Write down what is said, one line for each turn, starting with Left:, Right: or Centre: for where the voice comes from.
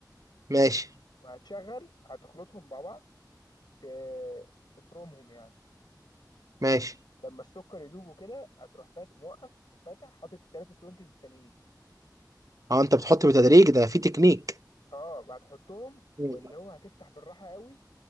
Right: ماشي
Left: وهتشغل هتخلطهم مع بعض ت... تفرمهم يعني
Right: ماشي
Left: لما السكر يدوب وكده هتروح فات موقف وفاتح حاطط التلاتة توينكس التانيين
Right: اه انت بتحط بتدريج ده في تكنيك
Left: اه هتحطهم واللي
Right: مم.
Left: هو هتفتح بالراحة قوي